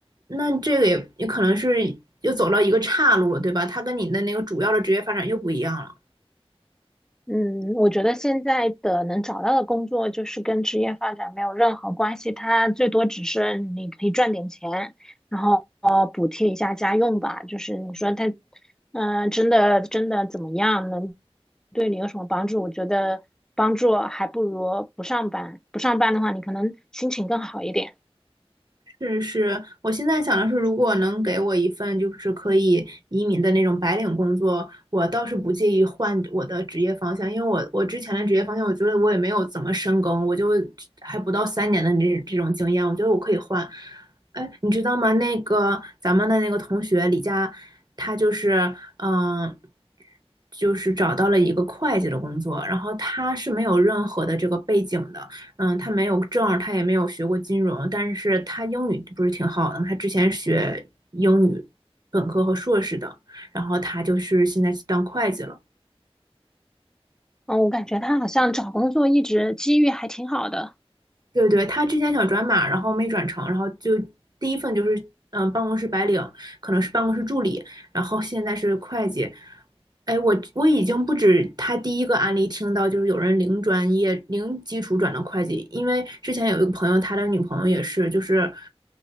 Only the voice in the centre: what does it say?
嗯，我觉得现在的能找到的工作就是跟职业发展没有任何关系，它最多只是你可以赚点钱，然后呃补贴一下家用吧。就是你说他，嗯、真的真的怎么样，能对你有什么帮助？我觉得帮助还不如不上班。不上班的话，你可能心情更好一点。
嗯，我感觉他好像找工作一直机遇还挺好的